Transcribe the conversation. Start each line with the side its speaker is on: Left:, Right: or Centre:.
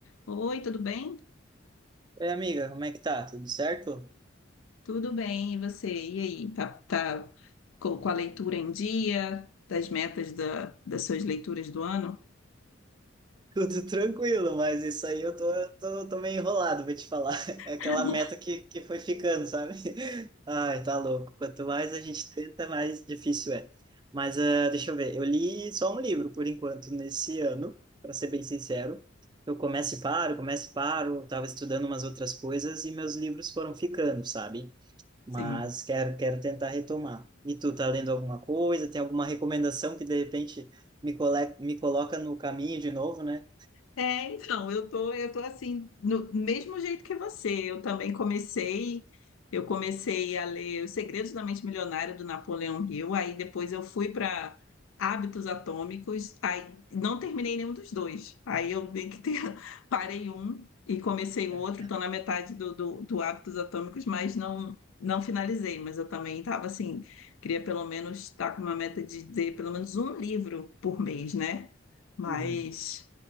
Left: Oi, tudo bem?
Right: Oi, amiga, como é que tá? Tudo certo?
Left: Tudo bem, e você? E aí, tá, tá co- com a leitura em dia, das metas da, das suas leituras do ano?
Right: <laughs> Tudo tranquilo, mas isso aí eu tô, tô, tô meio enrolado, vou te falar. <laughs> É aquela
Left: <laughs>
Right: meta que, que foi ficando, sabe? <laughs> Ai, tá louco. Quanto mais a gente tenta, mais difícil é. Mas ah, deixa eu ver, eu li só um livro por enquanto nesse ano, para ser bem sincero. Eu começo e paro, começo e paro, tava estudando umas outras coisas e meus livros foram ficando, sabe? mas
Left: Sim.
Right: quero, quero tentar retomar. E tu tá lendo alguma coisa? Tem alguma recomendação que de repente me, cole... me coloca no caminho de novo, né?
Left: É, então, eu tô, eu tô assim, no mesmo jeito que você. Eu também comecei, eu comecei a ler Os Segredos da Mente Milionária do Napoleão Hill, aí depois eu fui para Hábitos Atômicos, aí não terminei nenhum dos dois. Aí eu meio que te- <laughs> parei um e comecei o
Right: É.
Left: outro, tô na metade do, do, do Hábitos Atômicos, mas não não finalizei, mas eu também estava assim, queria pelo menos estar com uma meta de ter pelo menos um livro por mês, né? Mas
Right: Uhum.